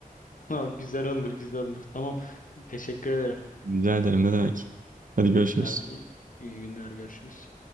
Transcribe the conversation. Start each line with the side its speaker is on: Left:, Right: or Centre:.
Left: <laughs> Ha, güzel olur güzel olur. Tamam. Teşekkür ederim.
Right: Rica ederim ne demek. Hadi görüşürüz.
Left: Hadi iyi iyi günler görüşürüz.